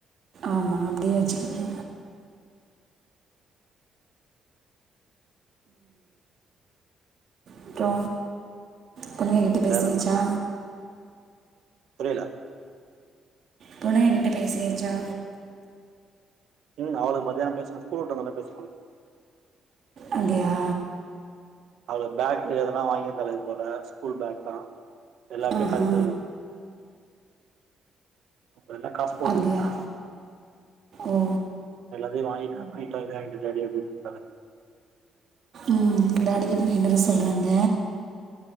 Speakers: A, on the right; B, on the right.
A: ஆமா அப்டியே வச்சுக்கங்க அப்றோ பொண்ணுங்க கிட்ட பேசியாச்சா
B: வேற புரில
A: பொண்ணுங்ககிட்ட பேசியாச்சா
B: ம் அவளுக்கு மதியம் பேசுனே ஸ்கூல் விட்டு வந்தோனே பேசுவாங்க
A: அப்டியா
B: அவளு பேக்கு எதெல்லா வாங்கியிருந்தாலுங்க போல ஸ்கூல் பேக்லாம் எல்லார்க்கு
A: ஆஹா
B: காட்டிட்டு வந்த அவங்க எல்லாம் காசு போட்டு
A: அப்டியா
B: விட்டேன்
A: ஓ
B: எல்லாத்தையு வாங்கிட்டு நைட் வாங்கிட்டு வந்ட்டோம் டாடி அப்டின்ட்டாங்க
A: ம் ம் டாடிக்கிட்ட வாங்கிட்டு வர சொல்றாங்க